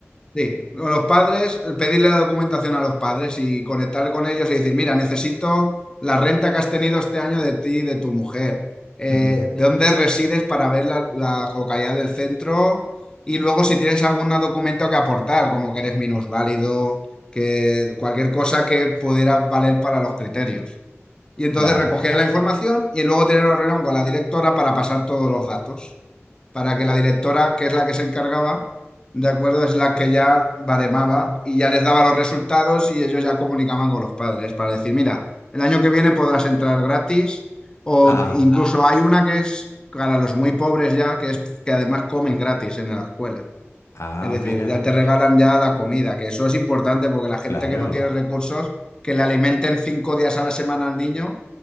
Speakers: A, on the left; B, on the left.
A: Sí, o los padres, pedirle la documentación a los padres y conectar con ellos y decir, mira, necesito la renta que has tenido este año de ti y de tu mujer. Eh,
B: Ujú,
A: ¿de dónde resides para ver la, la localidad del centro? Y luego si tienes algún documento que aportar, como que eres minusválido, que cualquier cosa que pudiera valer para los criterios. Y entonces
B: Claro.
A: recogía la información y luego tener una reunión con la directora para pasar todos los datos. Para que la directora, que es la que se encargaba, de acuerdo, es la que ya baremaba y ya les daba los resultados y ellos ya comunicaban con los padres para decir, mira, el año que viene podrás entrar gratis o
B: Ajá.
A: incluso hay una que es para los muy pobres ya, que es que además comen gratis en la escuela.
B: Ah,
A: Es decir,
B: mira.
A: ya te regalan ya la comida, que eso es importante porque la gente
B: Claro.
A: que no tiene recursos, que le alimenten cinco días a la semana al niño,